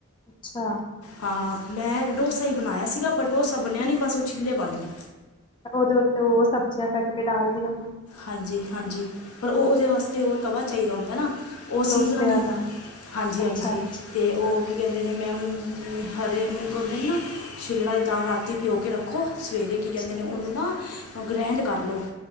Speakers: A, on the left; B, on the left.
A: ਅੱਛਾ
B: ਹਾਂ ਮੈਂ ਡੋਸਾ ਹੀ ਬਣਾਇਆ ਸੀਗਾ ਪਰ ਡੋਸਾ ਬਣਿਆ ਨਹੀਂ ਬੱਸ ਉਹ ਛਿੱਲੇ ਬਣ ਗਏ
A: ਉਹਦੇ ਉੱਤੇ ਉਹ ਸਬਜ਼ੀਆਂ ਕੱਟ ਕੇ ਡਾਲਤੀਆਂ ਨੇ
B: ਹਾਂਜੀ- ਹਾਂਜੀ ਪਰ ਉਹ ਉਹਦੇ ਵਾਸਤੇ ਉਹ ਤਵਾ ਚਾਹੀਦਾ ਹੁੰਦਾ ਨਾ ਉਹ
A: ਡੋਸੇ
B: ਸੀਗਾ ਨਹੀਂ,
A: ਵਾਲਾ
B: ਹਾਂਜੀ-
A: ਅੱਛਾ
B: ਹਾਂਜੀ
A: ਅੱਛਾ
B: ਤੇ ਉਹ ਕੀ ਕਹਿੰਦੇ ਨੇ ਮੈਂ ਮੂੰ ਹਰੇ ਮੂੰਗ ਹੁੰਦੇ ਨੇ ਨਾ ਛਿਲੜਾ ਦੀ ਦਾਲ ਰਾਤੀ ਭਿਓ ਕੇ ਰੱਖੋ ਸਵੇਰੇ ਕੀ ਕਹਿੰਦੇ
A: ਅੱਛਾ
B: ਨੇ ਉਹਨੂੰ ਨਾ ਗ੍ਰੈਂਡ ਕਰ ਲਉ